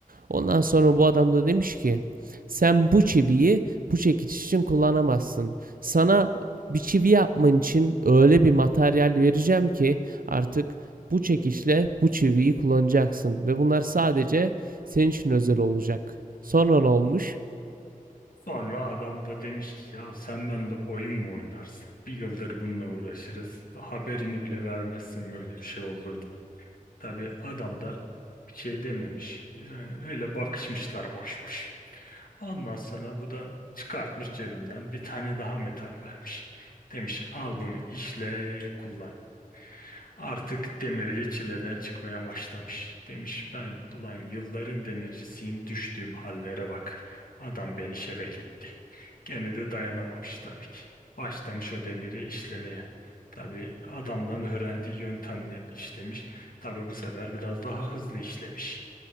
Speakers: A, on the right; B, on the left.
A: Ondan sonra bu adam da demiş ki sen bu çiviyi bu çekiç için kullanamazsın. Sana bir çivi yapman için öyle bir materyal vereceğim ki artık bu çekiçle bu çiviyi kullanacaksın ve bunlar sadece senin için özel olacak. Sonra ne olmuş?
B: Sonra adam da demiş ki ya sen benimle oyun mu oynarsın? Bir yıldır bununla uğraşırız. Haberini bile vermezsin böyle bir şey olduğunu. Tabii adam da bir şey dememiş. Yani öyle bakışmışlar boş boş. Ondan sonra bu da çıkartmış cebinden bir tane daha metal vermiş. Demiş al bunu işle kullan. Artık demirci çileden çıkmaya başlamış. Demiş ben ulan yılların demircisiyim düştüğüm hallere bak. Adam beni şebek etti. Gene de dayanamamış tabii ki. Başlamış o demiri işlemeye. Tabii adamların öğrendiği yöntemle işlemiş. Tabii bu sefer biraz daha hızlı işlemiş